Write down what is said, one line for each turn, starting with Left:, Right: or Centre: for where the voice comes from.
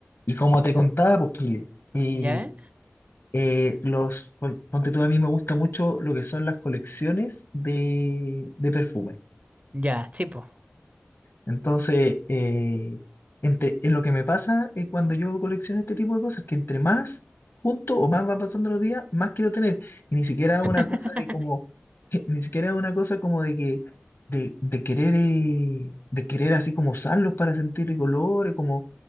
Left: Y como te contaba, pues, Kile, y,
Right: ¿Ya?
Left: eh, los, pon- ponte tú, a mí me gusta mucho lo que son las colecciones de, de perfumes.
Right: Ya, sí, po.
Left: Entonces, eh, entre, en lo que me pasa es cuando yo colecciono este tipo de cosas, que entre más junto o más van pasando los días, más quiero tener. Y ni siquiera es una
Right: <laughs>
Left: cosa de como, <laughs> ni siquiera es una cosa como de que, de, de querer, eh, de querer así como usarlos para sentir colores, como